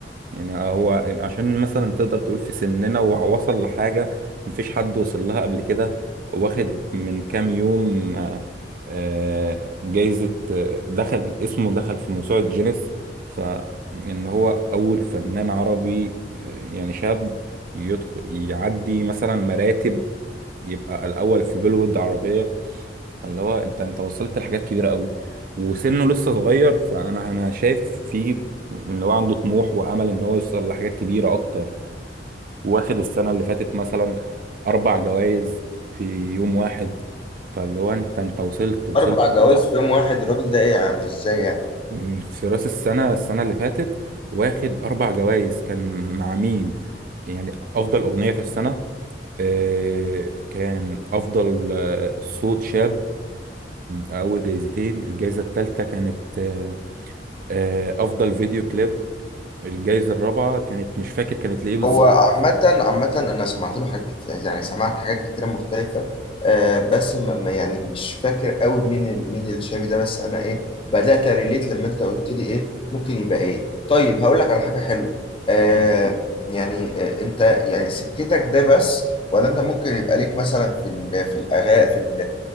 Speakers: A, on the right; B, on the left.
A: يعني هو عشان مثلا تقدر تقول في سننا ووصل لحاجة مفيش حد وصل لها قبل كده واخد من كام يوم آه، آه، جايزة آه، دخل اسمه دخل في موسوعة جينيس فإن هو أول فنان عربي آه، يعني شاب يدخل يعدي مثلا مراتب يبقى الأول في بيلوود عربية فاللي هو انت انت وصلت لحاجات كبيره قوي وسنه لسه صغير فانا انا شايف فيه ان هو عنده طموح وامل ان هو يوصل لحاجات كبيره اكتر واخد السنه اللي فاتت مثلا اربع جوائز في يوم واحد فاللي هو انت انت وصلت وصلت
B: اربع جوائز في يوم واحد الراجل ده ايه يا عم ازاي يعني
A: من في راس السنه السنه اللي فاتت واخد اربع جوائز كان مع مين يعني افضل اغنيه في السنه آه، كان افضل آه، صوت شاب اول جايزتين الجايزه الثالثه كانت آه، آه، افضل فيديو كليب الجايزة الرابعة كانت مش فاكر كانت لإيه بالظبط
B: هو عامة عامة أنا سمعت له حاجات كتير يعني سمعت حاجات كتيرة مختلفة آه بس م م- يعني مش فاكر قوي مين ال- مين الشامي ده بس أنا إيه بدأت أريليت لما أنت قلت لي إيه ممكن يبقى إيه طيب هقول لك على حاجة حلوة آه
A: مم.
B: يعني آه أنت يعني سكتك ده بس ولا أنت ممكن يبقى ليك مثلا في ال في الأغا في ال